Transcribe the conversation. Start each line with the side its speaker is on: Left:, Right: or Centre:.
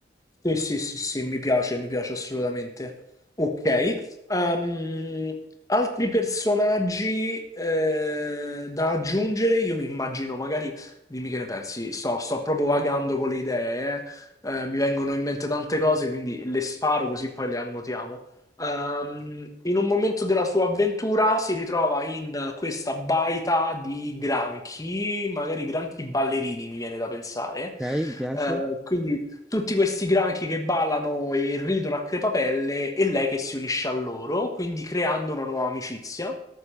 Left: Sì, sì, sì, sì, mi piace, mi piace assolutamente. Ok. ehm, altri personaggi eh, da aggiungere? Io mi immagino, magari, dimmi che ne pensi, sto, sto proprio vagando con le idee, eh. Eh, mi vengono in mente tante cose, quindi le sparo così poi le annotiamo. Ehm, in un momento della sua avventura si ritrova in questa baita di granchi, magari granchi ballerini, mi viene da pensare.
Centre: Ok, mi piace.
Left: Eh, quindi tutti questi granchi che ballano e ridono a crepapelle e lei che si unisce a loro, quindi creando una nuova amicizia.